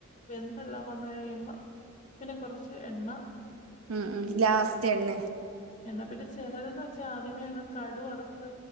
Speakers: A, on the left; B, on the right.
A: വെന്തെല്ലാം വന്ന് കഴിയുമ്പോ പിന്നെ കൊറച്ച് എണ്ണ
B: ഉം ഉം ലാസ്റ്റ് എണ്ണ
A: എന്താ പിന്നെ ചിലരന്ന് വെച്ചാൽ ആദ്യമേ അങ്ങ് കടു വറുത്ത്